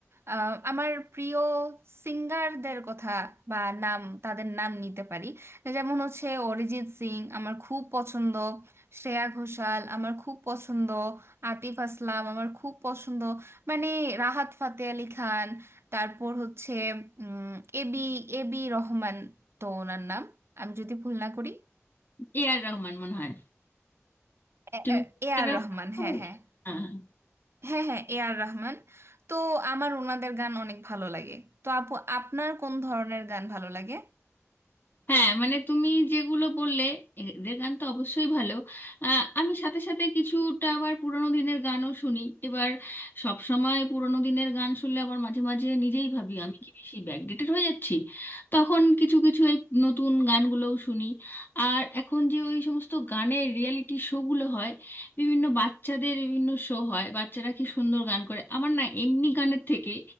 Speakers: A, on the right; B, on the left.
A: আহ, আমার প্রিয় সিঙ্গারদের কথা বা নাম তাদের নাম নিতে পারি যেমন হচ্ছে অরিজিৎ সিং আমার খুব পছন্দ শ্রেয়া ঘোষাল আমার খুব পছন্দ আতিফ আসলাম আমার খুব পছন্দ মানে রাহাত ফাতে আলি খান তারপর হচ্ছে এবি এবি রহমান তো ওনার নাম আমি যদি ভুল না করি
B: এ আর রহমান মনে হয়
A: এ
B: তুমি এ আর
A: আর
B: রহমান
A: রহমান হ্যাঁ
B: বলছো
A: হ্যাঁ
B: হ্যাঁ হ্যাঁ।
A: হ্যাঁ হ্যাঁ এ আর রহমান তো আমার ওনাদের গান অনেক ভালো লাগে তো আপু আপনার কোন ধরনের গান ভালো লাগে
B: হ্যাঁ মানে তুমি যেগুলো বললে এদের গান তো অবশ্যই ভালো আহ, আমি সাথে সাথে কিছুটা আবার পুরোনো দিনের গানও শুনি এবার সব সময় পুরোনো দিনের গান শুনলে আবার মাঝে মাঝে নিজেই ভাবি আমি কি বেশি ব্যাকডেটেড হয়ে যাচ্ছি তখন কিছু কিছু এই নতুন গানগুলোও শুনি আর এখন যে ওই সমস্ত গানের রিয়েলিটি শোগুলো হয় বিভিন্ন বাচ্চাদের বিভিন্ন শো হয় বাচ্চারা কি সুন্দর গান করে আমার না এমনি গানের থেকে